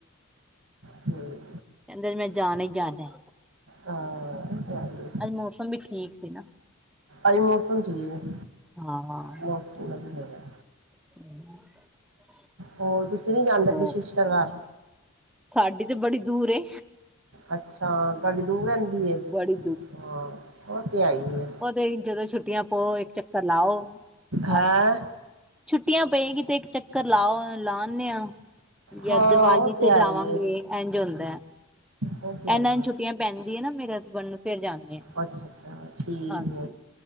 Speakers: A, on the right; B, in the centre.
A: ਠੀਕ।
B: ਕੈਂਦੇ ਅੱਜ ਮੈਂ ਜਾਣਾ ਈ ਜਾਣਾ।
A: ਹਾਂ। ਦਿਹਾੜੀ
B: ਅੱਜ ਮੌਸਮ ਵੀ ਠੀਕ ਸੀ ਨਾ।
A: ਅਜ ਮੌਸਮ ਠੀਕ
B: ਹਾਂ
A: ਮੌਸਮ ਵਦੀਆ ਵੈ।
B: <inaudible>
A: ਹੋਰ ਤੁਸੀਂ ਨੀ ਜਾਂਦੇ
B: ਹੋ
A: ਅਪਨੀ ਸ਼ਿਸ਼ਟਰ ਘਰ।
B: ਸਾਡੀ ਤੇ ਬੜੀ ਦੂਰ ਏ।
A: ਅੱਛਾ, ਤੁਆਡੀ ਦੂਰ ਰੈਂਦੀ ਏ,
B: ਬੜੀ
A: ਹਾਂ ਉਹ ਤੇ ਹੈ ਈ ਏ।
B: ਉਦੇਈ ਜਦੋਂ ਛੁੱਟੀਆਂ ਪਓ ਇੱਕ ਚੱਕਰ ਲਾਓ ਬਸ।
A: ਹੈਂ
B: ਛੁੱਟੀਆਂ ਪਏਗੀ ਤੇ ਇੱਕ ਚੱਕਰ ਲਾਓ ਲਾਣੇ ਆ। ਯਾਂ
A: ਹਾਂ ਉਹ
B: ਦੀਵਾਲੀ ਤੇ
A: ਆਈ
B: ਜਾਵਾਂਗੇ
A: ਹੈ
B: ਇੰਜ ਹੁੰਦਾ।
A: ਉਹ ਤੇ ਆਈ
B: ਇਨਾਂ
A: ਹੈ
B: ਨੂੰ ਛੁੱਟੀਆਂ ਪੈਂਦੀ ਏ ਨਾ ਮੇਰੇ ਹਸਬੈਂਡ ਨੂੰ ਫਿਰ ਜਾਨੇ ਆ,
A: ਅੱਛਾ ਅੱਛਾ ਠੀਕ
B: ਹਾਂਜੀ।